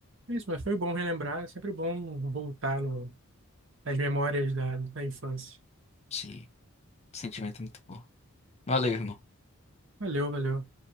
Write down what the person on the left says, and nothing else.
Sim, sentimento é muito bom. Valeu, irmão.